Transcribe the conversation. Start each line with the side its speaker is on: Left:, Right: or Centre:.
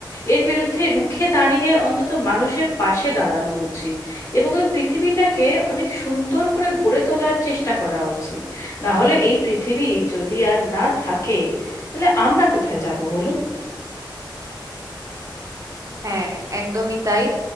Left: এর বিরুদ্ধে রুখে দাঁড়িয়ে অন্তত মানুষের পাশে দাঁড়ানো উচিত এবং ওই পৃথিবীটাকে অনেক সুন্দর করে গড়ে তোলার চেষ্টা করা উচিত না হলে এই পৃথিবী যদি আর না থাকে তাহলে আমরা কোথায় যাব বলুন
Right: হ্যাঁ একদমই তাই